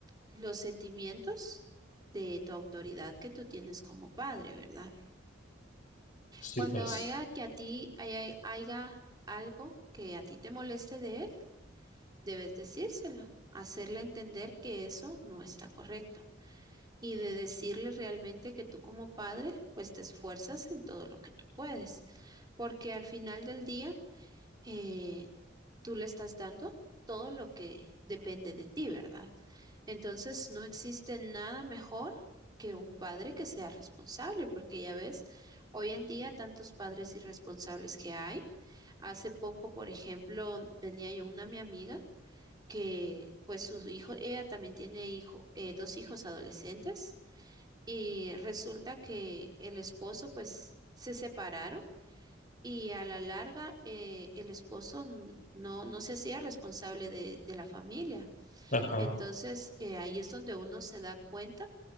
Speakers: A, on the right (about 20°); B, on the left (about 45°).
A: los sentimientos de tu autoridad que tú tienes como padre, ¿verdad?
B: Sí,
A: Cuando
B: pues.
A: haya que a ti haya, haya algo que a ti te moleste de él, Debes decírselo, hacerle entender que eso no está correcto y de decirle realmente que tú como padre, pues te esfuerzas en todo lo que tú puedes, porque al final del día, eh, tú le estás dando todo lo que depende de ti, ¿verdad? Entonces, no existe nada mejor que un padre que sea responsable, porque ya ves, hoy en día tantos padres irresponsables que hay. Hace poco, por ejemplo, tenía yo una mi amiga que pues su hijo, ella también tiene hijo, eh, dos hijos adolescentes y resulta que el esposo pues se separaron y a la larga eh, el esposo n- no, no se hacía responsable de, de la familia.
B: Ajá.
A: Entonces eh, ahí es donde uno se da cuenta